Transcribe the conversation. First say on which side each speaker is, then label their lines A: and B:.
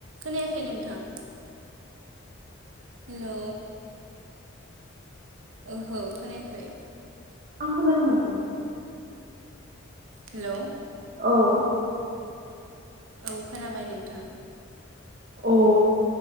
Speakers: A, on the right; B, on the right.
A: खोनायाखै नोंथां हेलौ ओहो खोनायाखै
B: आं खोनादों माथो
A: हेलौ
B: औ
A: औ खोनाबाय नोंथां
B: अ